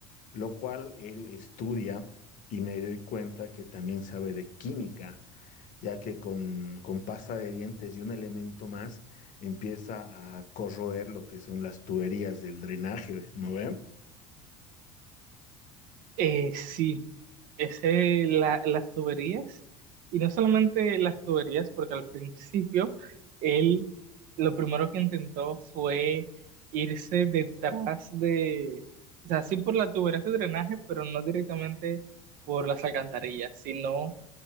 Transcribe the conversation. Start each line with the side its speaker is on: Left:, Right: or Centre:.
Left: Lo cual él estudia y me doy cuenta que también sabe de química ya que con, con pasta de dientes y un elemento más empieza a corroer lo que son las tuberías del drenaje, ¿no ve?
Right: Eh, sí. ese, la- las tuberías, y no solamente las tuberías, porque al principio él lo primero que intentó fue irse detrás de, o sea, sí por las tuberías de drenaje, pero no directamente por las alcantarillas, sino